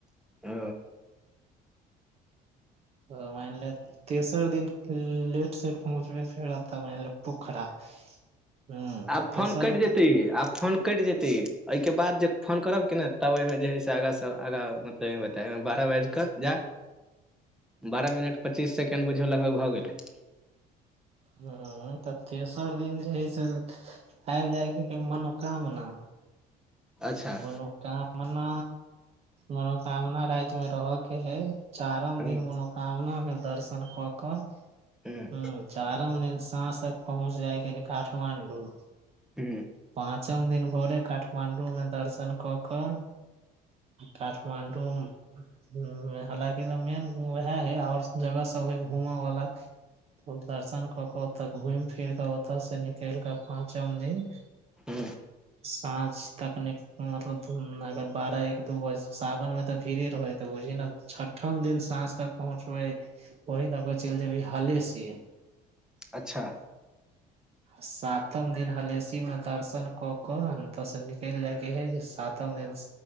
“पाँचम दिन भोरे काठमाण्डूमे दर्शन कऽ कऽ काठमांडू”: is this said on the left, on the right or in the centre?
Right